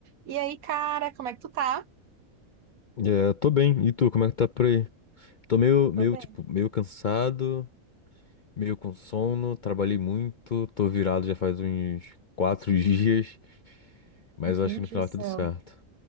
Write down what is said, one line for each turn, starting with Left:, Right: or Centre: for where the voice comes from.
Right: E aí, cara, como é que tu tá?
Left: É, eu tô bem. E tu, como é que tá por aí? Tô meio, meio,
Right: Tô bem.
Left: tipo, meio cansado, meio com sono, trabalhei muito, tô virado já faz uns quatro <laughs> dias, mas
Right: Gente
Left: eu acho que no final
Right: do céu.
Left: é tudo certo.